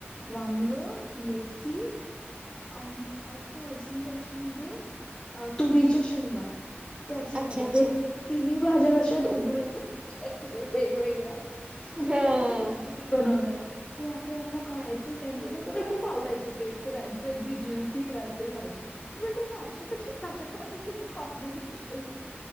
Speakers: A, on the left; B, on the right.
A: वांग मेथी. आणि काय बर अजून त्याच्यामध्ये तुरीच्या शेंगा.. त्याची भाज्या
B: अच्छा अच्छा
A: तिन्ही भाज्या कश्या आहेत उग्र वि वेगवेगळ्या. आणि
B: हां
A: त्याची भाजी तेी बनवणार. तो आपडे आम्हाला कळायचंच नाही ते लोक खूप आवडायच होते त्यांचं अगदी जीव की प्रांत भाजी म्हणज असे कसे भाजा खाता तुम्ही? कॉम्बिशन